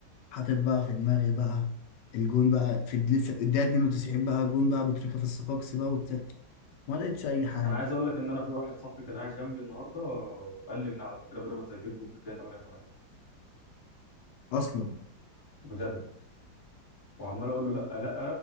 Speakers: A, on the left; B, on the left.
A: حاطط بقى في دماغي بقى الجون بقى في الد- لسه الدقيقة 92 بقى جون بقى ابو تريكة في الصفاقسي بقى وبتاع ما لقيتش اي حاجة
B: انا عايز اقول لك ان انا في واحد صاحبي كان قاعد جنبي النهارده آه، قال لي ان على فكره بيراميدز هتجيب جول في الدقيقه 88
A: اصلا
B: بجد وعمال اقول له لا لا